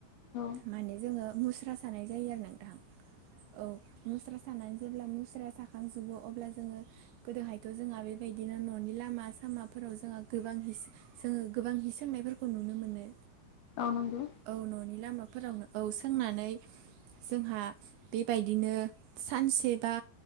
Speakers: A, on the left (about 70°); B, on the right (about 80°).
A: औ
B: माने जोङो मुस्रा सानाय जायो आरो नोंथांाहां औ मुस्रा सानानै जेब्ला मुस्राया साखांजोबो अब्ला जोङो गोदोहायथ' जोंहा बेबायदिनो न'नि लामा सामाफोराव जोंहा गोबां हि जोङो गोबां हि सोंनायफोरखौ नुनो मोनो
A: औ नंगौ
B: औ न'नि लामाफोरावनो औ सोंनानै जोंहा बेबायदिनो सानसेबा